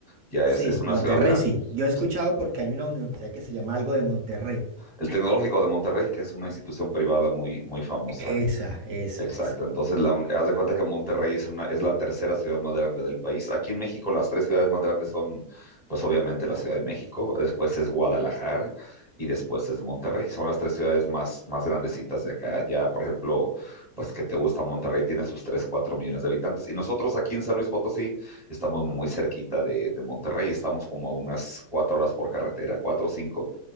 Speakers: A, in the centre; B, on the right.
A: ya
B: sí,
A: es, es una
B: Monterrey
A: ciudad grande.
B: sí. Yo he escuchado
A: Sí.
B: porque hay una universidad que se llama algo de Monterrey.
A: El Tecnológico de Monterrey, que es una institución privada muy, muy famosa.
B: Esa, esa,
A: Exacto.
B: esa.
A: Entonces, la, un- haz de cuenta que Monterrey es una, es la tercera ciudad más grande del país. Aquí en México, las tres ciudades más grandes son, pues obviamente, la Ciudad de México, después es Guadalajara y después es Monterrey. Son las tres ciudades más, más grandecitas de acá. Ya, por ejemplo, pues que te gusta, Monterrey tiene sus 3 4 millones de habitantes. Y nosotros aquí en San Luis Potosí estamos muy cerquita de, de Monterrey. Estamos como a unas cuatro horas por carretera, cuatro o cinco.